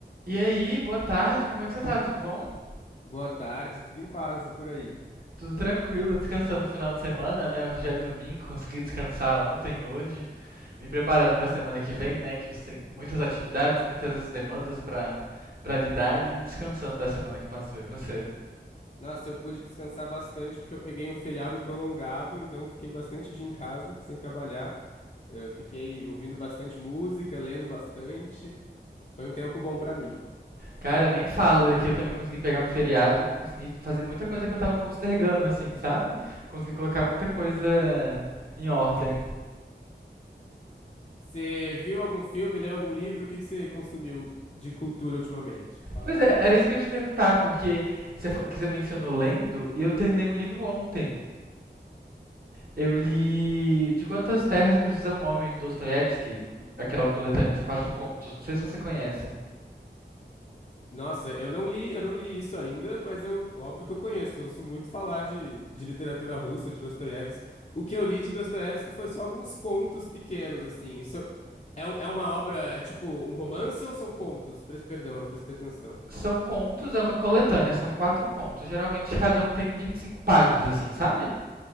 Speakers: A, on the right (about 50°); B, on the left (about 40°).
A: E aí, boa tarde, como é que você tá? Tudo bom?
B: Boa tarde, tudo em paz e por aí.
A: Tudo tranquilo, descansando no final de semana, né? Hoje já é domingo, consegui descansar ontem, hoje, me preparando pra semana que vem, né? Que tem muitas atividades, muitas demandas pra, pra lidar e descansando da semana que passou. E você?
B: Nossa, eu pude descansar bastante porque eu peguei um feriado prolongado, então fiquei bastante dia em casa, sem trabalhar. Eh, fiquei ouvindo bastante música, lendo bastante. Foi um tempo bom pra mim.
A: Cara, nem fala é que eu também consegui pegar um feriado, consegui fazer muita coisa que eu tava postergando, assim, sabe? Consegui colocar muita coisa em ordem.
B: Você viu algum filme, leu algum livro? O que que você consumiu de cultura ultimamente? Fala
A: Pois
B: aí.
A: é, era isso que eu ia te perguntar, porque você, fa- que você mencionou lendo, e eu terminei um livro ontem. Eu li De Quantas Terras Precisa um Homem, do Dostoiévski, aquela coletânea de quatro contos, não sei se você conhece.
B: Nossa, eu não li, eu não li isso ainda, mas eu, óbvio que eu conheço. Eu ouço muito falar de, de literatura russa, de Dostoiévski. O que eu li de Dostoiévski foi só alguns contos pequenos, assim. Isso é, um- é uma obra, é tipo um romance ou são contos? Pre- Perdão, eu não prestei atenção.
A: São contos, é uma coletânea, são quatro contos. Geralmente cada um tem 25 páginas, assim, sabe?